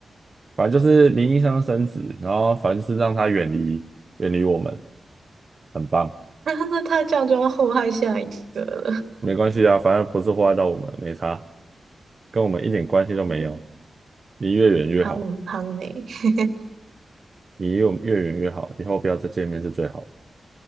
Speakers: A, on the right; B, on the right.
A: 反正就是名义上升职，然后反正就是让他远离远离我们，很棒，
B: 那他这样就要祸害下一个了。
A: 没关系啊，反正不是祸害到我们，没差，跟我们一点关系都没有，
B: 嗯，
A: 离越远越好。
B: 嗯汤嗯汤呢？<laughs>
A: 离我们越远越好，以后不要再见面是最好。